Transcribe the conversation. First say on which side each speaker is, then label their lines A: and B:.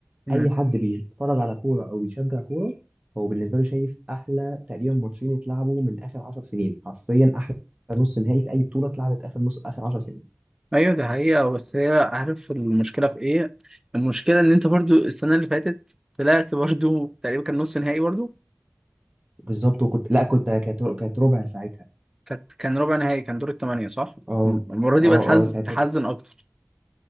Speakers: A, on the right; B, on the right.
A: مم.
B: اي حد بيتفرج على كوره او بيشجع كوره هو بالنسبه له شايف احلى تقريبا ماتشين اتلعبوا من اخر 10 سنين حرفيا احلى نص نهائي في اي بطوله اتلعبت اخر نص اخر 10 سنين
A: ايوه دي حقيقة آه، بس هي عارف المشكلة في ايه؟ المشكلة ان انت برضو السنة اللي فاتت طلعت برضو تقريبا كان نص نهائي برضو
B: بالظبط وكنت لا كنت كانت كانت ربع ساعتها
A: كانت كان ربع نهائي كان دور الثمانية صح؟
B: اه
A: المرة دي
B: اه
A: بقى تحزن
B: اه ساعتها
A: تحزن اكتر